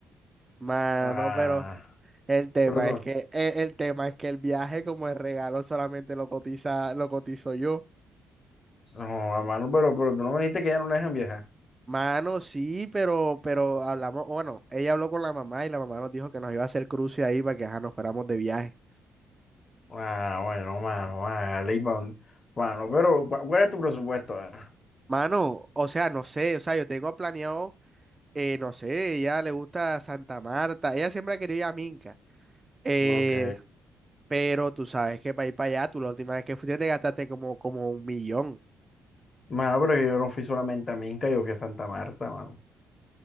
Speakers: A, on the right; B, on the left.
A: Mano,
B: Ah,
A: pero el tema
B: pero tú,
A: es que el, el tema es que el viaje como el regalo solamente lo cotiza, lo cotizo yo.
B: no, mano, pero, pero tú no me dijiste que ya no le dejan viajar.
A: Mano, sí, pero, pero hablamos, bueno, ella habló con la mamá y la mamá nos dijo que nos iba a hacer cruce ahí para que ajá, nos fuéramos de viaje.
B: Ah, bueno, mano, hágale y pa' dónde- Mano, pero, ¿cu- ¿cuál es tu presupuesto? Ah,
A: Mano, o sea, no sé, o sea, yo tengo planeado, eh, no sé, ella le gusta Santa Marta, ella siempre ha querido ir a Minca, eh,
B: ok.
A: pero tú sabes que para ir para allá, tú la última vez que fuiste te gastaste como, como un millón.
B: Mano, pero que yo no fui solamente a Minca, yo fui a Santa Marta, mano.